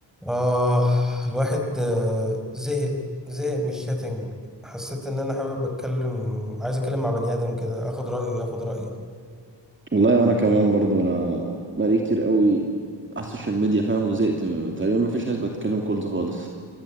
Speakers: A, in the centre; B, on the right.
A: آه الواحد آه زهق زهق من الشاتنج حسيت ان انا حابب اتكلم عايز اتكلم مع بني ادم كده اخد رايه وياخد رايي
B: والله وانا كمان برضه انا بقالي كتير قوي على السوشيال ميديا فاهم وزهقت تقريبا مفيش ناس بتتكلم كولز خالص